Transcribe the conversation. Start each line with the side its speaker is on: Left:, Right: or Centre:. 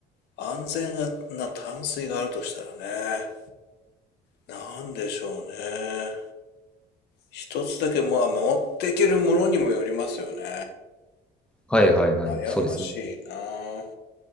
Left: 安全な淡水があるとしたらね。なんでしょうね。一つだけ、まあ、守っていけるものにもよりますよね。
Centre: はいはいはい、
Left: 悩ましいなぁ。
Centre: そうですね。